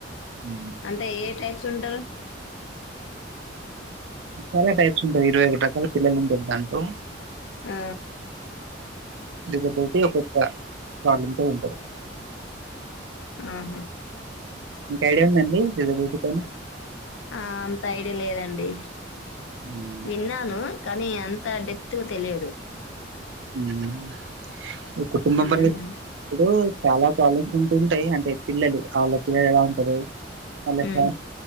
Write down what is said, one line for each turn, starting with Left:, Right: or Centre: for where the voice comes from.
Right: ఉ
Left: అంటే ఏ టైప్స్ ఉంటారు
Right: చాలా టైప్స్ ఉంటాయి ఇరవై ఐదు రకాల పిల్లలు ఉంటారు దాంట్లో
Left: ఆ
Right: దగ్గర బట్టి ఒక్కొ ఒక్క ప్రాబ్లమ్స్ తోఉంటారు
Left: ఆహా
Right: మీకు ఐడియా ఉంద అండి <inaudible>
Left: ఆ అంత ఐడియా లేదండి
Right: ఉమ్
Left: విన్నాను కానీ అంత డెప్త్గా తెలియదు
Right: మ్ ఒక కుటుంబుమ్ మెంబరే
Left: ఊహు
Right: ఇప్పుడు చాలా ప్రాబ్లమ్స్ ఉంటుంటయి అంటే పిల్లలు ఆళ్ళ పిల్లలు ఎలా ఉంటరు ఆళ్ళ
Left: ఊ
Right: ఫ్యా